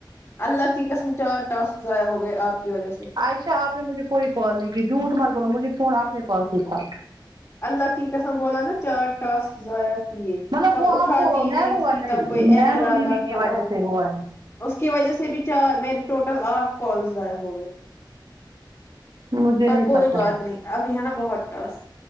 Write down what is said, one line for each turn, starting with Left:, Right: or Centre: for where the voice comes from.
Left: اللہ کی قسم چار ٹاسک ضائع ہو گئے آپ کی وجہ سے
Right: عائشہ آپ آپ نے مجھے کوئی کال نہیں کی جھوٹ مت بولو مجھے فون اپنے پاس ہی تھا
Left: اللہ کی قسم بولا ناں چار ٹاسک ضائع کیے
Right: مطلب
Left: تب
Right: وہ
Left: اٹھاتی
Right: آپ کو
Left: نہیں
Right: نینو والے
Left: تھی تب کوئی
Right: نینو
Left: ایرر آتا
Right: دیدی
Left: تھا
Right: کی وجہ سے ہو ہے
Left: اس کی وجہ سے بھی چار میرے ٹوٹل آٹھ کال ضائع ہو گئے
Right: مجھے
Left: پر
Right: نہیں
Left: کوئی
Right: پتا
Left: بات
Right: ہے
Left: نہیں ابھی ہے نا بہت ٹاسک